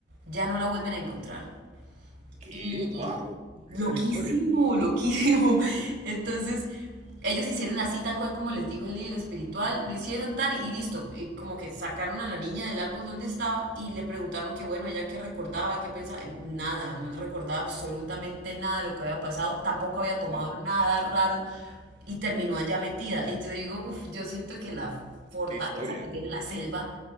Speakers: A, on the right (about 70°); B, on the right (about 40°).
A: ya no la vuelven a encontrar.
B: ¿Qué?
A: Y
B: ¡Wow! ¿Qué
A: loquísimo,
B: tal historia?
A: loquísimo. <laughs> Entonces, ellos hicieron así, tal cual como les dijo el líder espiritual, lo hicieron tan y listo. Y como que sacaron a la niña del árbol donde estaba y le preguntaron que, bueno, ella qué recordaba, qué pensaba. Eh, Nada, no recordaba absolutamente nada de lo que había pasado, tampoco había tomado
B: Wow.
A: nada raro y terminó allá metida. Y yo digo, uff, yo siento que la fortaleza
B: ¿Qué historia?
A: que tiene la selva